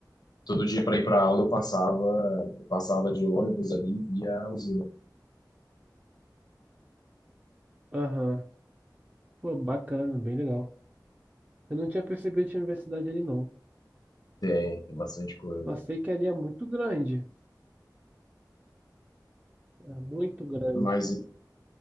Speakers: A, on the left; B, on the right.
A: Todo dia para ir para aula eu passava, eu passava de ônibus ali e via a usina.
B: Aham. Pô, bacana, bem legal. Eu não tinha percebido que tinha universidade ali, não.
A: Tem, tem bastante coisa.
B: Só sei que ali é muito grande. É muito grande.
A: Mas,